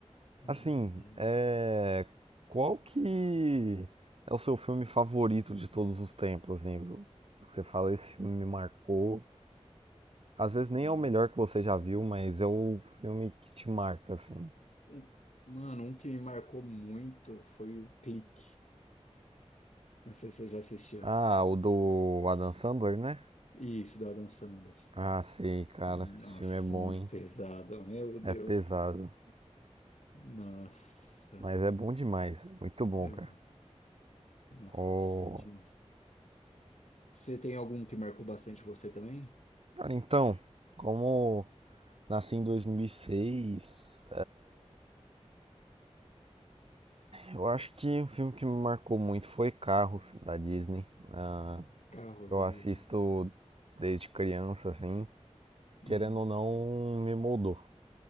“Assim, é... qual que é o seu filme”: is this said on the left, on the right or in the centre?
Right